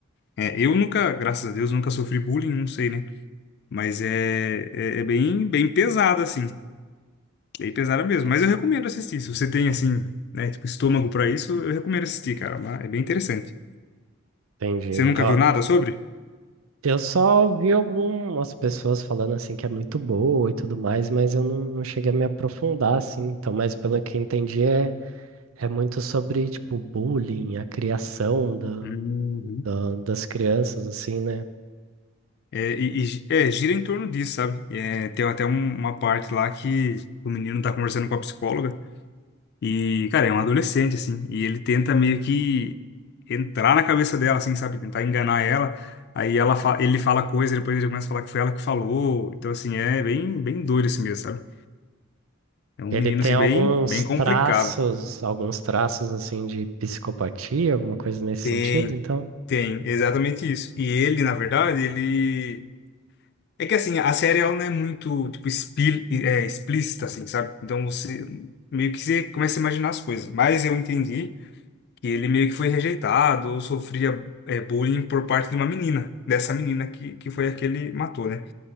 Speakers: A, on the left (about 55°); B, on the right (about 85°).
A: É, eu nunca, graças a Deus, nunca sofri bullying, não sei, né? Mas é, é, é bem, bem pesado, assim. Bem pesada mesmo. Mas eu recomendo assistir. Se você tem, assim, né, tipo, estômago pra isso, eu recomendo assistir, cara. Mas É bem interessante.
B: Entendi.
A: Você
B: Então,
A: nunca viu nada sobre?
B: eu só ouvi algumas pessoas falando assim que é muito boa e tudo mais, mas eu não, não cheguei a me aprofundar assim. Então, mas pelo que eu entendi, é É muito sobre, tipo, bullying, a criação da,
A: Uhum.
B: da- das crianças, assim, né?
A: É, e, e gi- é, gira em torno disso, sabe? E É, tem até um- uma parte lá que o menino tá conversando com a psicóloga. E, cara, é um adolescente, assim, e ele tenta meio que entrar na cabeça dela, assim, sabe? Tentar enganar ela. Aí ela fa- ele fala coisa, depois ele começa a falar que foi ela que falou. Então, assim, é bem, bem doido assim mesmo, sabe? É um
B: Ele
A: menino,
B: tem
A: assim,
B: alguns
A: bem, bem complicado.
B: traços, alguns traços, assim, de psicopatia, alguma coisa nesse
A: Tem,
B: sentido, então?
A: tem, exatamente isso. E ele, na verdade, ele. É que, assim, a série ela não é muito, tipo, expli- é, explícita, assim, sabe? Então, você meio que você começa a imaginar as coisas. Mas eu entendi. que ele meio que foi rejeitado ou sofria é, bullying por parte de uma menina, dessa menina que, que foi a que ele matou, né?